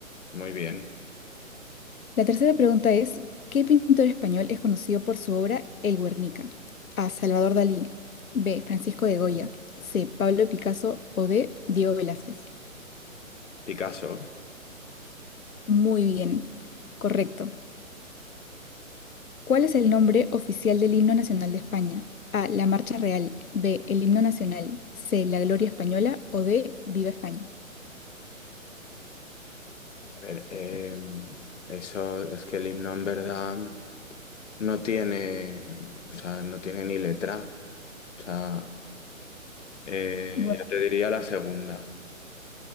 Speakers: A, on the left; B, on the left.
A: Muy bien.
B: La tercera pregunta es, ¿qué pintor español es conocido por su obra El Guernica? A. Salvador Dalí. B. Francisco de Goya. C. Pablo Picasso o D. Diego Velázquez.
A: Picasso.
B: Muy bien. Correcto. ¿Cuál es el nombre oficial del himno nacional de España? A. La Marcha Real. B. El himno nacional. C. La Gloria Española. O D. Viva España.
A: A ver, eh, eso es que el himno en verdad no tiene, o sea, no tiene ni letra. O sea, eh,
B: Bueno,
A: yo te diría la segunda,